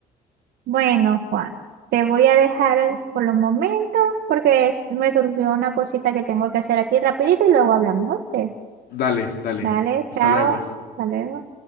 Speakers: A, on the right; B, on the left.
A: Bueno, Juan, te voy a dejar por los momentos porque es- me surgió una cosita que tengo que hacer aquí rapidito y luego hablamos. ¿oíste?
B: Dale, dale.
A: Dale, chao.
B: Hasta luego.
A: Hasta luego.